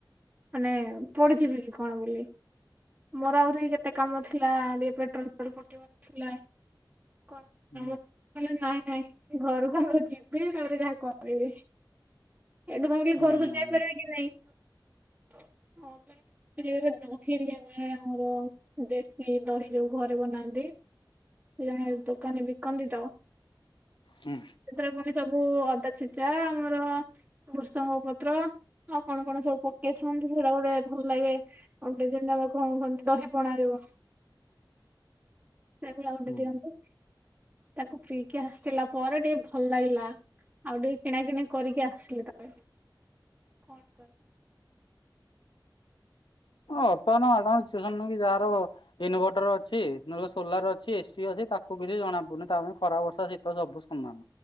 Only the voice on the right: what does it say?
ମାନେ ପଡିଯିବି କଣ ବୋଲି ମୋର ଆହୁରି କେତେ କାମ ଥିଲା ଟିକେ ପେଟ୍ରୋଲ ଫେଟ୍ରୋଲ ପକେଇବାର ଥିଲା। କଣ
<inaudible> ନାଇଁ। ନାଇଁ ଘରକୁ ଆଗ ଯିବି ତାପରେ ଯାହା କଣ କହିବି ଏଠୁ ଥାଉକି କି
ଘରକୁ ଯାଇପାରିବା କି ନାଇଁ? <unintelligible> ଦହି ଟିକେ ବନାଏ ଆମର ଦେଶୀ ଦହି ଯୋଉ ଘରେ ବନାନ୍ତି। ଜଣ ଦୋକାନରେ ବିକନ୍ତି ତ।
ସେଥିର ଫୁଣି ସବୁ ଅଦା ଛେଚା ଆମର ବୃଷଙ୍ଗ ପତ୍ର ଆଉ କଣ କଣ ସବୁ ପକେଇଥାନ୍ତି। ସେଇଟା ଗୋଟେ ଭଲ ଲାଗେ ଗଟେ ଯେମ କଣ କୁହନ୍ତି ଦହି ପଣା ଯିବ ସେଭଳିଆ ଆଉ ଗୋଟେ
ଦିଅନ୍ତି। ତାକୁ ପିଇକି ଆସିଥିଲା ପରେ ଟିକେ ଭଲ ଲାଗିଲା। ଆଉ ଟିକେ କିଣାକିଣି କରିକି ଆସିଲେ ତା କଣ କର?